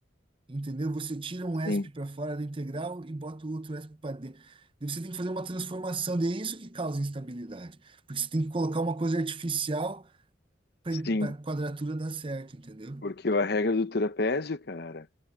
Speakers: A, on the right; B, on the left.
A: Entendeu? Você tira um ESP
B: sim,
A: para fora da integral e bota o outro ESP para dentro. Daí você tem que fazer uma transformação, e é isso que causa instabilidade. Porque você tem que colocar uma coisa artificial para
B: sim.
A: a quadratura dar certo, entendeu?
B: Porque a regra do trapézio, cara.